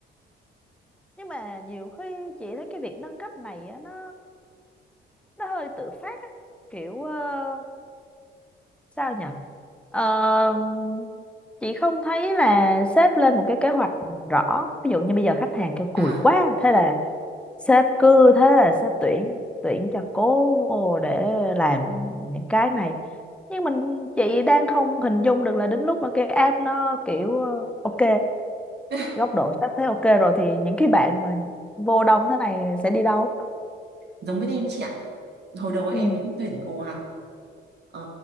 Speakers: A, in the centre; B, on the right (about 55°).
A: nhưng mà nhiều khi chị thấy cái việc nâng cấp này á, nó nó hơi tự phát á kiểu ờ, sao nhỉ Ờ, chị không thấy là sếp lên một cái kế hoạch rõ ví dụ như bây giờ khách hàng kêu cùi
B: à
A: quá thế là sếp cứ thế là sếp tuyển tuyển cho cố vô để làm những cái này nhưng mình chị đang không hình dung được là đến lúc mà cái app nó kiểu ờ, ok
B: <laughs>
A: góc độ sếp thấy ok rồi thì những cái bạn mà vô đông thế này sẽ đi đâu
B: giống với em ấy chị ạ hồi đầu em
A: ừ.
B: cũng tuyển ồ ạt Ờ,